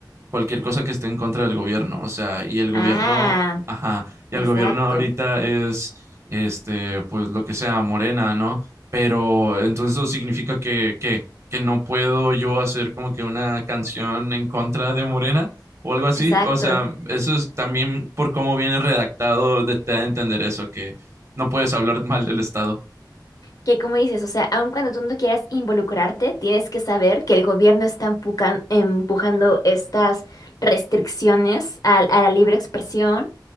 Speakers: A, on the right; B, on the left.
A: cualquier cosa que esté en contra del gobierno, o sea, y el gobierno,
B: Ah,
A: ajá, y el
B: exacto,
A: gobierno ahorita es, este, pues lo que sea, Morena, ¿no? Pero entonces eso significa que, que, que no puedo yo hacer como que una canción en contra de Morena o algo así,
B: exacto.
A: o sea, eso es también por cómo viene redactado, de, te da a entender eso, que no puedes hablar mal del Estado.
B: Que como dices, o sea, aun cuando tú no quieras involucrarte, tienes que saber que el gobierno está empucan- empujando estas restricciones al- a, la libre expresión